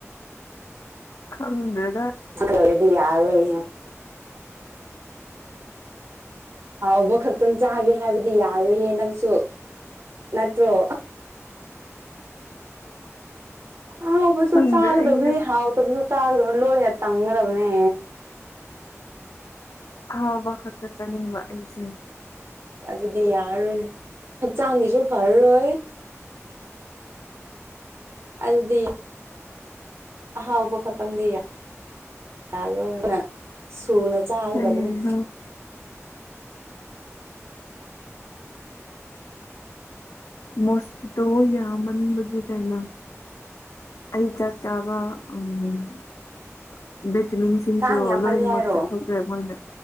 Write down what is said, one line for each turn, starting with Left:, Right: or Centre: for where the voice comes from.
Left: ꯈꯪ꯭ꯔꯦ
Right: ꯆꯂꯧꯔꯦꯗꯤ ꯌꯥꯔꯔꯣꯏꯍꯦ ꯍꯥꯎꯕ ꯈꯛꯇꯪ ꯆꯥꯒꯦ ꯍꯥꯏꯕꯗꯤ ꯌꯥꯔꯨꯍꯦ ꯅꯪꯁꯨ ꯅꯠꯇ꯭ꯔꯣ ꯍꯥꯎꯕꯁꯨ
Left: ꯈꯪꯗ꯭ꯔꯦ
Right: ꯆꯥꯒꯗꯕ
Left: ꯑꯩꯁꯨ
Right: ꯍꯥꯎꯗꯕꯁꯨ ꯆꯥꯒꯗꯕꯅꯤ ꯂꯣꯏꯅ ꯇꯪꯒꯗꯕꯅꯦ
Left: ꯍꯥꯎꯕ ꯆꯅꯤꯡ ꯑꯩꯁꯦ
Right: ꯑ ꯑꯗꯨꯗꯤ ꯌꯥꯔꯣꯏ ꯍꯛꯆꯥꯡꯒꯤꯁꯨ ꯐꯔꯔꯣꯏ ꯑꯜꯗꯤ ꯑꯍꯥꯎꯕ ꯈꯛꯇꯪꯗꯤ ꯌꯥꯔꯣꯏꯅ ꯁꯨꯅ ꯆꯥꯒꯗꯕꯅꯦ
Left: ꯑꯩꯁꯨ ꯃꯣꯁꯀꯤꯇꯣ ꯌꯥ ꯃꯅꯤꯕꯒꯤ ꯀꯥꯏꯅ ꯑꯩ ꯆꯥꯛ ꯆꯥꯕ ꯎꯝ ꯆꯃꯤꯡꯁꯤꯡꯁꯨ
Right: ꯀꯥꯡ ꯌꯥꯝꯃꯜꯂꯦ
Left: ꯂꯣꯏꯅꯃꯛ
Right: ꯍꯥꯏꯔꯣ
Left: ꯆꯠꯊꯣꯛꯈ꯭ꯔꯦ ꯃꯣꯏꯅ